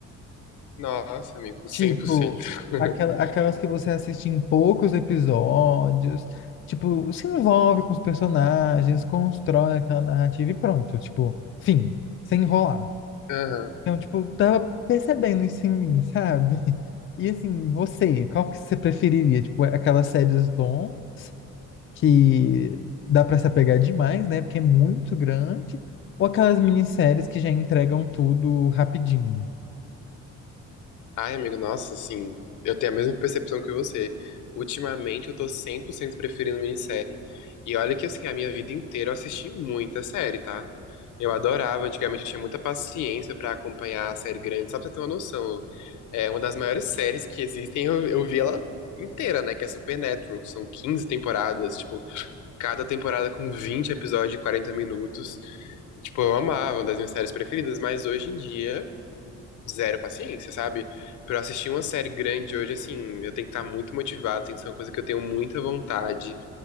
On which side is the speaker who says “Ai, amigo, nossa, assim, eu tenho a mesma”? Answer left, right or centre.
Left